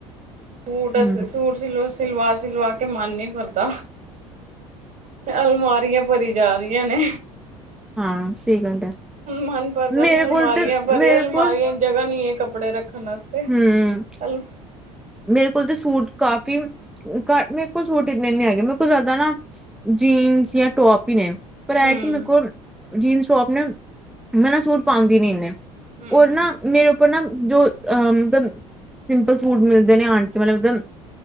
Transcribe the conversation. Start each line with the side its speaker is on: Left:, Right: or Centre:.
Right: ਸੂਟ
Centre: ਹਮ
Right: ਸ ਸੂਟ ਸਿਲ ਸਿਲਵਾ ਸਿਲਵਾ ਕੇ ਮਨ ਨੀ ਭਰਦਾ ਅਲਮਾਰੀਆਂ ਭਰੀ ਜਾ ਰਹੀਆਂ ਨੇ
Centre: ਹਾਂ ਸਹੀ ਗੱਲ ਹੈ
Right: ਮਨ ਭਰਦਾ
Centre: ਮੇਰੇ
Right: ਨੀ ਅਲਮਾਰੀਆਂ
Centre: ਕੋਲ ਤੇ
Right: ਭਰੀਯਾਂ
Centre: ਮੇਰੇ
Right: ਅਲਮਾਰੀਆਂ
Centre: ਕੋਲ
Right: ਚ ਜਗ੍ਹਾ ਨਹੀਂ ਏ ਕੱਧੜੇ ਰੱਖ ਨਮਸਤੇ ਚੱਲ
Centre: ਹਮ ਮੇਰੇ ਕੋਲ ਤਾਂ ਸੂਟ ਕਾਫੀ ਘਟ ਮੇਰੇ ਕੋਲ ਛੂਟ ਇੰਨੇ ਨੀ ਹੈਗੇ ਮੇਰੇ ਕੋਲ ਜ਼ਿਆਦਾ ਨਾ ਜੀਨਸ ਜਾਂ ਟੋਪ ਹੀ ਨੇ ਸੇਲ ਹੈ
Right: ਹੂੰ,
Centre: ਕਿ ਮੇਰੇ ਕੋਲ ਜੀਨਸ ਟੋਪ ਨੇ ਮੈਂ ਨਾ ਸੂਟ ਪਾਉਂਦੀ ਨੀ ਇਨੇ
Right: ਹੂੰ-ਹੂੰ,
Centre: ਉਹਰ ਨਾ ਮੇਰੇ ਨਾ ਜੋ ਅ ਮਤਲਬ ਸਿੰਪਲ ਸੂਟ ਮਿਲਦੇ ਦੇ ਨੇ ਆਣ ਕੇ ਮਤਲਬ ਉਦ